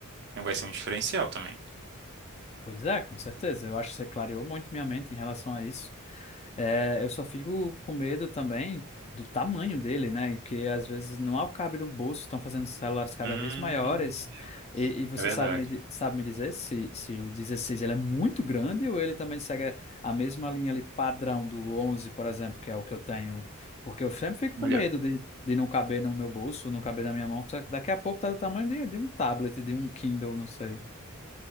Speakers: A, on the right; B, on the left.
A: então vai ser um diferencial também.
B: pois é, com certeza. Eu acho que você clareou muito minha mente em relação a isso. É, eu só fico com medo também do tamanho dele, né? Que às vezes não há o alcabe no bolso, estão fazendo celulares cada
A: Hum,
B: vez maiores. E, e você
A: é verdade.
B: sabe me, di- sabe me dizer se, se o 16 ele é muito grande ou ele também segue a mesma linha ali padrão do 11, por exemplo, que é o que eu tenho? Porque eu sempre fico com
A: Olha,
B: medo de, de não caber no meu bolso, não caber na minha mão. só que Daqui a pouco tá do tamanho de, de um tablet, de um Kindle, não sei.